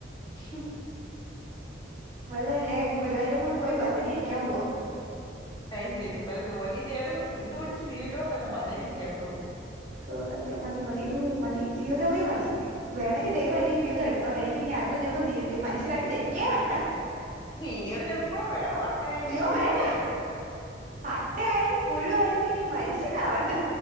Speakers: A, on the left; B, on the right.
A: ഉം
B: അല്ല ഞാൻ ഗുരുവായൂരെങ്ങാനും പോയി ഭജന ഇരിക്കാൻ പോവാ.
A: അത് ശരി വല്ല ജോലി ചെയ്ത് തിന്നു കുടിച്ചു ജീവിക്കണോനല്ല ഭജന ഇരിക്കാൻ പോണു.
B: സോ സത്യം മതി മതി ഓ മതി ജീവിതമേ മതി വേണമെങ്കിൽ ദൈവം എന്റെ ഈ ജീവിതം എടുത്തോട്ടെ എനിക്ക് ഇനി അടുത്ത ജന്മം മനുഷ്യനായിട്ട് ജനിക്കേ വേണ്ട.
A: ഇനിയരു ജന്മം കൂടെ വേണോ അട്ടയായാലും
B: അയ്യോ
A: മുഴുവായിരും
B: വേണ്ട അട്ടയായാലും പുഴുവായാലും ഇനി മനുഷ്യനാവണ്ട.